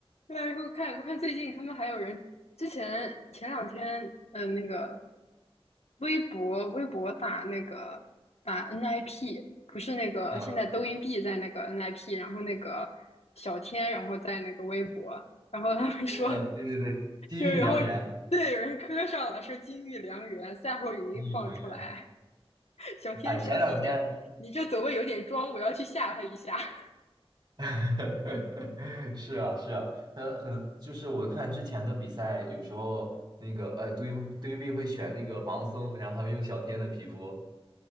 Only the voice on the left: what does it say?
对啊，我看我看最近他们还有人，之前前两天，嗯，那个微博微博打那个打 NIP，不是那个现在抖音币在那个
NIP，然后那个小天，然后在那个微博，然后他们说，
就然后对有人磕上了，说金玉良缘，赛后语音放出来，
<laughs> 小天说你这你这走位有点装，
我要去吓他一下。<laughs>